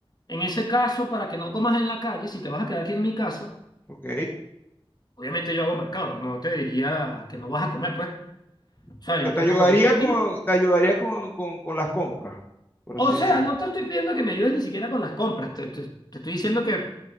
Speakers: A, on the left; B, on the left.
A: en ese caso, para que no comas en la calle, si te vas a quedar aquí en mi casa,
B: Ok.
A: obviamente yo hago mercado, no, no te diría que no vas a comer, pues. O
B: O
A: sea,
B: sea,
A: yo
B: te
A: tengo
B: ayudaría
A: comida aquí.
B: con, te ayudaría con, con, con las compras, por así
A: O sea,
B: decir.
A: no te estoy pidiendo que me ayudes ni siquiera con las compras, te, te- te estoy diciendo que